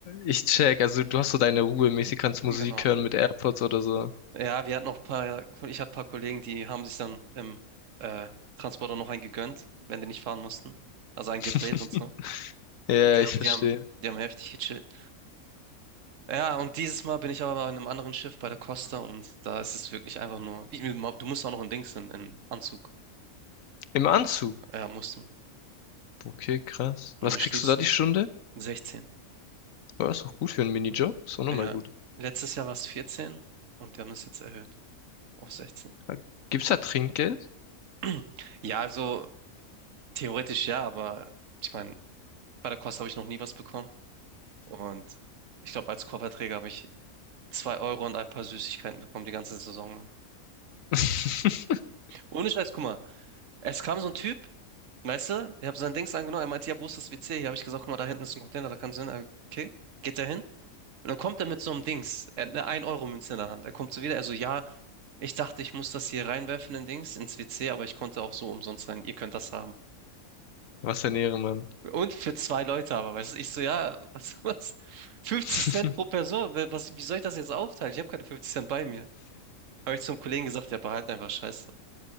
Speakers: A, on the left (about 65°); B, on the right (about 60°).
A: Ich check, also du hast so deine Ruhe mäßig, kannst Musik
B: Genau.
A: hören mit AirPods oder so.
B: Ja, wir hatten noch ein paar, ich hatte ein paar Kollegen, die haben sich dann im äh, Transporter noch einen gegönnt, wenn die nicht fahren mussten. Also einen
A: <laughs>
B: gedreht und so.
A: Ja,
B: Die
A: ich
B: haben,
A: verstehe.
B: die haben, die haben heftig gechillt. Ja, und dieses Mal bin ich aber in einem anderen Schiff bei der Costa und da ist es wirklich einfach nur, ich, du musst auch noch in Dings in, in Anzug.
A: Im Anzug.
B: Ja, musst du.
A: Okay, krass.
B: Und
A: Was
B: dann
A: kriegst
B: stehst
A: du da die
B: du da.
A: Stunde?
B: 16.
A: Ja, ist doch gut für einen Minijob. Ist auch nochmal
B: Ja,
A: gut.
B: letztes Jahr war es 14 und wir haben es jetzt erhöht auf 16.
A: Ah, Gibt's da Trinkgeld?
B: <clears throat> Ja, also theoretisch ja, aber ich meine, bei der Kost habe ich noch nie was bekommen. Und ich glaube, als Kofferträger habe ich 2 Euro und ein paar Süßigkeiten bekommen die ganze Saison. lang.
A: <laughs>
B: Ohne Scheiß, guck mal, es kam so ein Typ, weißt du, ich habe sein Dings angenommen, er meinte, ja, wo ist das WC? Hier habe ich gesagt, guck mal, da hinten ist ein Container, da kannst du hin. Er, Okay, geht er hin? Und dann kommt er mit so einem Dings, er hat eine ein euro münze in der Hand. Er kommt so wieder, er so, ja, ich dachte, ich muss das hier reinwerfen in Dings, ins WC, aber ich konnte auch so umsonst rein, ihr könnt das haben.
A: Was ein Ehrenmann.
B: Und für zwei Leute aber, weißt du, ich so, ja, was, <laughs> was, 50
A: <laughs>
B: Cent pro Person, wer- was, wie soll ich das jetzt aufteilen? Ich habe keine 50 Cent bei mir. Habe ich zum Kollegen gesagt, ja, behalt einfach Scheiße.